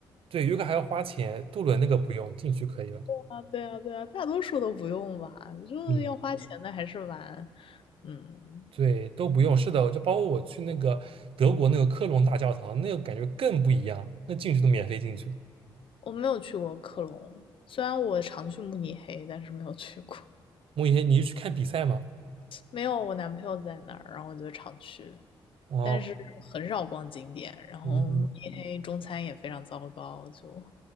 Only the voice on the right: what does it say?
对，约克还要花钱，杜伦那个不用，进去可以了，
嗯，
对，都不用，是的，就包括我去那个德国那个科隆大教堂，那个感觉更不一样，那进去都免费进去，
莫言，你是去看比赛吗？
哦，
嗯嗯